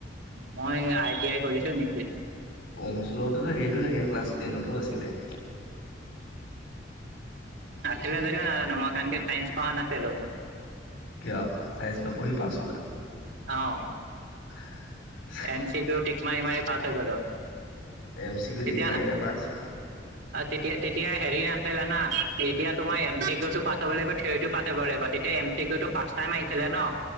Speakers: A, on the right (about 70°); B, on the left (about 80°).
A: মই আই টি আই কৰিছো নেকি?
B: কমচুলততো হেৰিতো থাকে ক্লাছ টেনতো আছিলে।
A: আছিল ধৰিও নাজানোঁ মই কাৰণকে চায়েন্স পঢ়া নাছিলো।
B: কিয় চাইন্ঞ্চ নপঢ়হি পাচ হলা।
A: অ'।
B: <inaudible>
A: এম চি তো টিক মাৰি, মাৰি পাচ হৈ গ'লো।
B: এম চি ক
A: তেতিয়া
B: টিক মীৰি মাৰি পাচ?
A: তেতিয়া, তেতিয়া হেৰি আাছিল না এতিয়া তোমাৰ এম চি কউ টো পাছ হ'ব লাগিব থিয়ৰি টো পছ হ'ব লাগিব তেতিয়া এম সেইতো টো পাছতায়ে মাৰিছিলে ন।